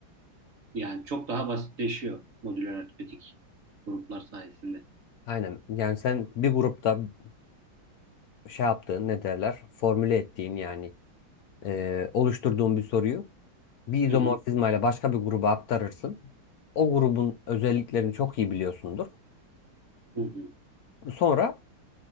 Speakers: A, on the right (about 50°); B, on the left (about 70°).
A: yani çok daha basitleşiyor modüler aritmetik gruplar sayesinde.
B: Aynen. Yani sen bir grupta şey yaptığın, ne derler? Formüle ettiğin yani e, oluşturduğun bir soruyu bir izomorfizma
A: Hı hı,
B: ile başka bir gruba aktarırsın. O grubun özelliklerini çok iyi biliyorsundur.
A: hı hı.
B: Sonra